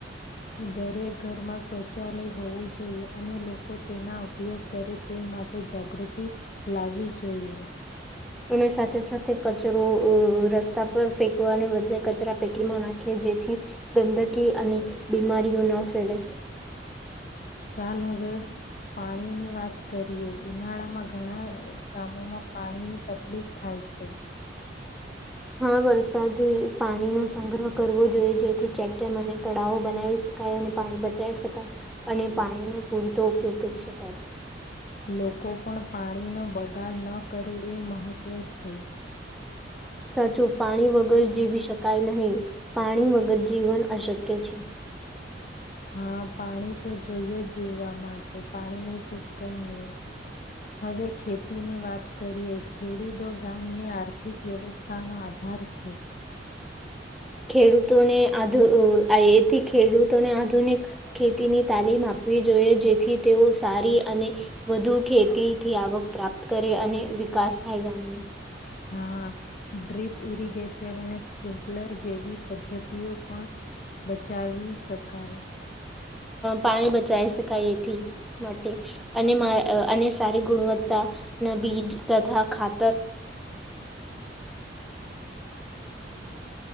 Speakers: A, on the left; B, in the centre.
A: દરેક ઘરમાં શૌચાલય હોવું જોઈએ અને લોકો તેના ઉપયોગ કરે તે માટે જાગૃતિ લાવવી જોઈએ.
B: અને સાથે સાથે કચરો રસ્તા પર ફેંકવાને બદલે કચરા પેટીમાં નાખે જેથી ગંદકી અને બીમારીઓ ન ફેલે.
A: ચાલ હવે પાણીની વાત કરીએ ઉનાળામાં ઘણા ગામોમાં પાણીની તકલીફ થાય છે.
B: હા વરસાદી પાણીનો સંગ્રહ કરવો જોઈએ જેથી ચેકડેમ અને તળાવો બનાવી શકાય અને પાણી બચાવી શકાય અને પાણીનો પૂરતો ઉપયોગ કરી શકાય.
A: લોકો પણ પાણીનો બગાડ ન કરે એ મહત્વ છે.
B: સાચું પાણી વગર જીવી શકાય નહીં પાણી વગર જીવન અશક્ય છે.
A: હા પાણી તો જોઈએ જીવવા માટે પાણી નઈ તો કઈ નહી. હવે ખેતીની વાત કરીએ ખેડૂતો ગામની આર્થિક વ્યવસ્થાનો આધાર છે.
B: ખેડૂતોને આ એથી ખેડૂતોને આધુનિક ખેતીની તાલીમ આપવી જોઈએ જેથી તેઓ સારી અને વધુ ખેતીથી આવક પ્રાપ્ત કરે અને વિકાસ થાય ગામનો
A: હા ડ્રીપ ઇરિગેશન અને સ્પ્રિન્કલર જેવી પદ્ધતિઓ પણ બચાવી શકાય.
B: પાણી બચાવ શકાય એથી માટે અને અને સારી ગુણવત્તાના બીજ તથા ખા